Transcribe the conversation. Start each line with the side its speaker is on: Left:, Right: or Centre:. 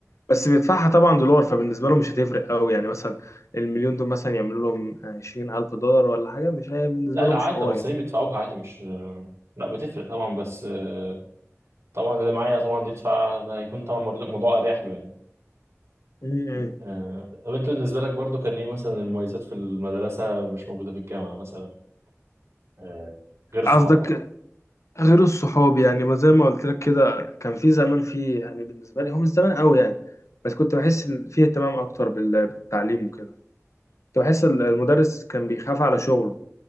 Left: بس بيدفعها طبعا دولار فبالنسبه له مش هتفرق قوي يعني مثلا المليون دول مثلا يعملوا لهم عشرين ألف دولار ولا حاجة مش هي بالنسبة
Right: لا لا
Left: له
Right: عادي
Left: مش حوار
Right: ده المصريين
Left: يعني
Right: بيدفعوها عادي مش لا بتفرق طبعا بس آه، طبعا اللي معايا طبعا يدفع ده هيكون طبعا مرض- الموضوع أريح له يعني
Left: م- م.
Right: آه، طب انت بالنسبة لك برضو كان ايه مثلا المميزات في المدرسة مش موجودة في الجامعة مثلا آه، غير الصحاب
Left: قصدك
Right: طبعا
Left: غير الصحاب يعني ما زي ما قلت لك كده كان في زمان في يعني بالنسبه لي هو مش زمان قوي يعني بس كنت بحس ان في اهتمام اكتر بال- بالتعليم وكده كنت بحس ال- المدرس كان بيخاف على شغله